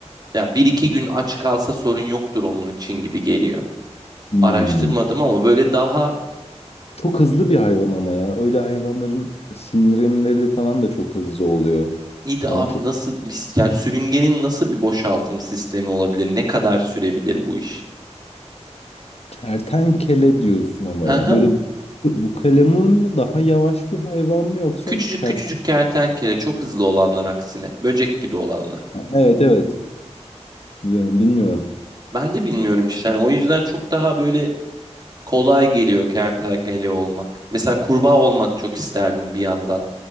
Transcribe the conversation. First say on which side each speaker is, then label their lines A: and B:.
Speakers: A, on the right; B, on the left.
A: yani bir iki gün aç kalsa sorun yoktur onun için gibi geliyor.
B: Hmm.
A: araştırmadım ama böyle daha
B: Çok hızlı bir hayvan ama ya. Öyle hayvanların sindirimleri de falan da çok hızlı oluyor.
A: iyi de abi
B: Yani çok
A: nasıl biz- yani sürüngenin nasıl bir boşaltım sistemi olabilir? Ne kadar sürebilir bu iş?
B: kertenkele diyorsun ama
A: Hı hı.
B: ya. Böyle bu, bu kalemun mu daha yavaş bir hayvan mı yoksa
A: Küçücük
B: kertenkele?
A: küçücük kertenkele çok hızlı olanlar aksine böcek gibi olanlar.
B: Evet evet. Bilmiyorum. bilmiyorum.
A: Ben de bilmiyorum işte hani o yüzden çok daha böyle kolay geliyor kertenkele olmak. Mesela kurbağa olmak çok isterdim bir yandan.